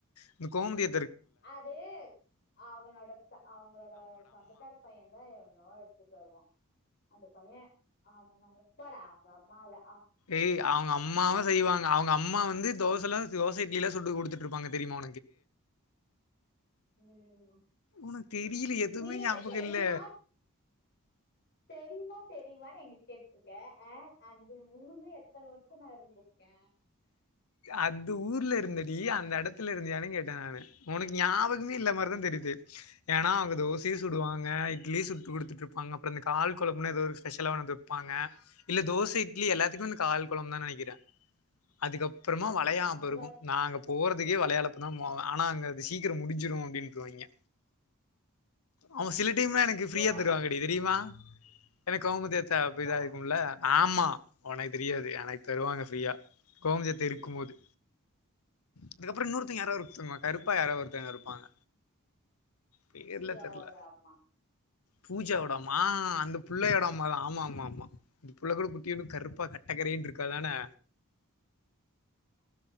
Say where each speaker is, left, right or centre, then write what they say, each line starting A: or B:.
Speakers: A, on the left (about 75°); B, on the left (about 50°).
A: இந்த கோமுடிய
B: அது அவனோட அவங்களோட சொந்தக்கார பையந்தா எடுத்துட்டு வருவா அந்த பைய அவ எப்படா அவுங்க அம்மால
A: ஏய் அவுங்க அம்மாவ செய்வாங்க அவுங்க அம்மா வந்து தோசைல்லா தோச இட்லி எல்லா சுட்டு குடுத்துட்டு இருப்பாங்க தெரியுமா
B: உம்
A: உனக்கு தெரியல எதுவுமே
B: நீ என்ன
A: ஞாபக
B: தெரியுமா
A: இல்ல
B: தெரியுமா தெரியுமான்னு எங்கிட்ட கேட்டுட்டு இருக்க ஆ அந்த ஊருர்ல எத்தன வருஷம நா இருந்துருக்கே
A: அந்த ஊர்ல இருந்தடி அந்த எடத்ல இருந்தியானு கேட்டே நானு உனக்கு ஞாபகமே இல்லாத மாரிதா தெரியுது ஏன்னா அவுங்க தோசையு சுடுவாங்க இட்லி சு குடுத்துட்டு இருப்பாங்க அப்றோ இந்த கால் குழம்புனு எதோ ஒரு ஸ்பெஷலா வந்து இருப்பாங்க இல்ல தோசை இட்லி எல்லாத்துக்கு கால் குழபு தா நெனைக்கிறே அதுக்கப் அப்புறமா வளையாம
B: சாம்பார்
A: ப இருக்கு நாங்க போறதுக்கே விலையாளப்பு தா ஆனா அங்க அது சீக்கிரோ முடிச்சு செஞ்சுருவோ அப்டின்றுவாய்ங்க அவன் சில டைம்ல எனக்கு ஃபிரீயா
B: வா
A: தருவாங்கடி தெரியுமா எனக்கு கோமதிஅத்த அப்டிதா
B: வாடா
A: இருக்கும்ல ஆமா உனக்கு தெரியாது எனக்கு தருவாங்க ஃப்ரீயா கோமதிஅத்த இருக்கு போது அதுக்கப்புறோ இன்னொருத்தங்க யாராவ இருதுங்கமா கருப்பா யாராவ ஒருத்தவுங்ங இருப்பாங்க பேர்ல
B: பூஜா
A: தெரில
B: வோட அம்மா
A: பூஜாவோட அம்மா ஆ அந்த புள்ளையோட அம்மா ஆமா ஆமா ஆமா இந்த புள்ளை கூட குட்டி ஒன்னுகருப்பா கட்டக்கரையன்னு இருக்காதானே